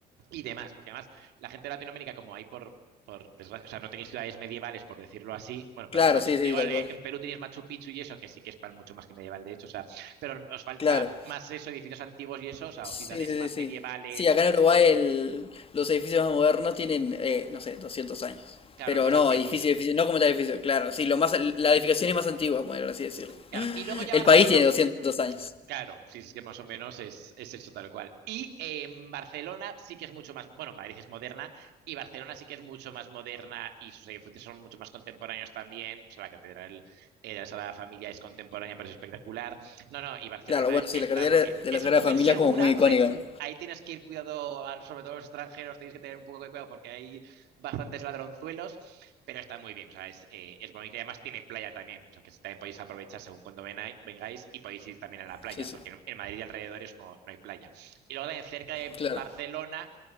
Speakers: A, on the right; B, on the left.
A: y demás. Porque además, la gente de Latinoamérica, como hay por, por desgracia, o sea, no tenéis ciudades medievales, por decirlo así. Bueno, plan
B: claro,
A: Machu,
B: sí, sí,
A: igual
B: tal
A: eh,
B: cual.
A: en Perú tenéis Machu Picchu y eso, que sí que es para mucho más que medieval, de hecho, o sea, pero os falta
B: Claro.
A: más eso, edificios antiguos y eso, o sea,
B: Sí,
A: o ciudades
B: sí,
A: más
B: sí, sí.
A: medievales,
B: Sí, acá en Uruguay el- los edificios más modernos tienen, eh, no sé, 200 años.
A: claro,
B: Pero
A: los más
B: no,
A: antiguos.
B: edificio, edificio, no como tal edificio, claro. Sí, lo más, la edificación es más antigua, por así decirlo.
A: Claro, y luego ya
B: El
A: Barcelona,
B: país tiene 200 años.
A: claro, sí, es que más o menos es, es eso tal cual. Y eh, Barcelona sí que es mucho más, bueno, Madrid es moderna y Barcelona sí que es mucho más moderna y sus edificios son mucho más contemporáneos también. O sea, la Catedral eh, de la Sagrada Familia es contemporánea, pero es espectacular. No, no, y Barcelona
B: Claro, bueno, sí,
A: está
B: la cartera
A: muy bien.
B: de
A: Es
B: la Sagrada
A: un poco
B: Familia
A: insegura,
B: es como muy icónica,
A: o sea, hay-
B: ¿no?
A: ahí tienes que ir cuidado, al- sobre todo los extranjeros, tenéis que tener un poco de cuidado porque hay bastantes ladronzuelos, pero está muy bien, o sea, es, eh, es bonito y además tiene playa también, o sea, que también podéis aprovechar según cuando vengáis y podéis ir también a la playa,
B: Sí, sí,
A: porque en, en Madrid y alrededores no, no, hay playa. Y luego también cerca de Barcelona
B: claro,